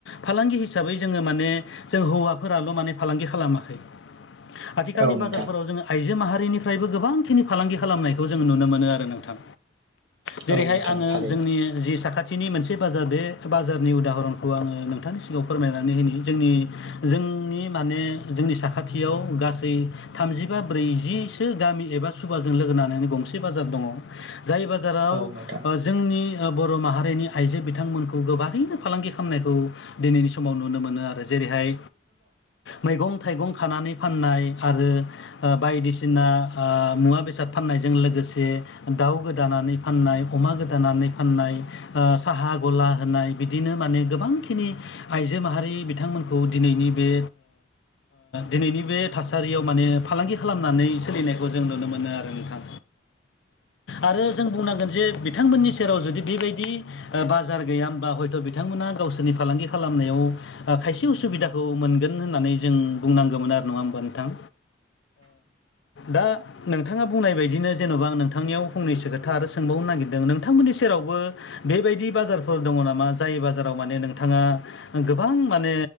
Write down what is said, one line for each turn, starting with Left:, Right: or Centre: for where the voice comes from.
Left: फालांगि हिसाबै जोङो माने जों हौवाफोराल' माने फालांगि खालामाखै आथिखालनि
Right: औ नोंथां
Left: बाजारफोराव जोङो आइजो माहारिनि निफ्रायबो गोबांखिनि फालांगि खालामनायखौ जों नुनो मोनो आरो नोंथां जेरैहाय
Right: औ नोंथां
Left: आङो
Right: थारैनो
Left: जोंनि जि साखाथि थिनि मोनसे बाजार बे बाजारनि उदाहरनखौ आङो नोंथांनि सिगाङाव फोरमायनानै होनि जोंनि जों जोंनि माने जोंनि साखाथियाव गासै थामजिबा ब्रैजि गामि एबा सुबाजों लोगो नानानै गंसे बाजार दङ जाय बाजाराव
Right: औ नोंथां
Left: जोंनि बर' माहारिनि आइजो बिथांमोनखौ गोबारैनो फालांगि खालामनायखौ दिनैनि समाव नुनो मोनो आरो जेरैहाय मैगं थाइगं खानानै फाननाय आरो बायदिसिना बायदिसिना मुवा बेसाद फाननायजों लोगोसे दाउ गोदानानै फाननाय अमा गोदानानै फाननाय साहा गला होनाय बिदिनो माने गोबांखिनि आइजो माहारि बिथां बिथांमोनखौ दिनैनि बे दिनैनि बे थासारियाव माने फालांगि खालामनानै सोलिनायखौ जों नुनो मोनो आरो नोंथां आरो जों बुंनांगोन जे बिथांमोननि सेराव जुदि बेबायदि बाजार गैया मोनबा हयथ' बिथांमोना गावसोरनि फालांगि खालामनायाव खायसे उसुबिदाखौ मोनगोन होन्नानै जों बुंनांगोमोन आरो नङा होमबा नोंथां दा नोंथाङा बुंनाय बायदिनो जेन'बा आं नोंथांनियाव फंनैसो खोथा आरो सोंबावनो नागिरदों नोंथांमोननि सेरावबो बेबायदि बाजारफोर दङ नामा जाय बाजाराव माने नोंथाङा गोबां माने